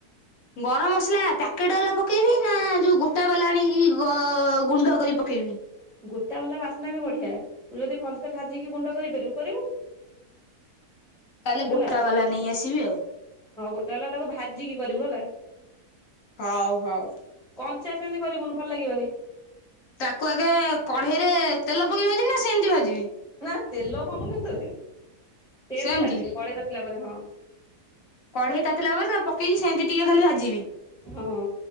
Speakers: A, on the left; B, in the centre.
A: ଗରମ ମସଲା ପ୍ୟାକେଟ୍ ବାଲା ପକେଇବି ନା ଯୋଉ ଗୋଟା ବାଲା ଆଣିକି ଗ ଗୁଣ୍ଡ କରି ପକେଇବି?
B: ଗୋଟା ବାଲା ବାସ୍ନା ବି ବଢିଆ ତୁ ଯଦି ଭଲସେ ଭାଜିକି ଗୁଣ୍ଡ କରିପାରିବୁ କରିବୁ। <unintelligible>
A: ତାହେଲେ
B: ହେଲା
A: ଗୋଟା ବାଲା ନେଇ ଆସିବି ଆଉ।
B: ହଁ ଗୋଟାବାଲା ତାକୁ ଭାଜିକି କରିବୁ ହେଲା।
A: ହଉ ହଉ।
B: କଞ୍ଚା ସେମିତି କରିବୁନୁ ଭଲ ଲାଗିବନି।
A: ତାକୁ ଆଗେ କଢେଇରେ ତେଲ ପକେଇ ଭାଜିବି ନା ସେମିତି ଭାଜିବି?
B: ନା ତେଲ କଣ ପକେଇବୁ ତାଧେରେ ସେମତି
A: ସେମିତି
B: ଭାଜିବୁ କଢେଇ ତାତିିଲା ପରେ ହଁ।
A: କଢେଇ ତାତିଲା ପରେ ତାକୁ ପକେଇକି ସେମିତି ଟିକେ ଖାଲି ଭାଜିବି।
B: ହଁ